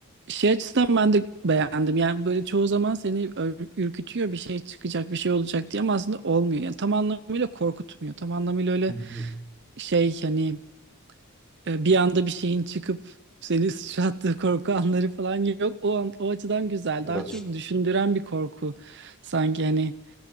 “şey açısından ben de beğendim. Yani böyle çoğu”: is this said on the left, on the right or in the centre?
Right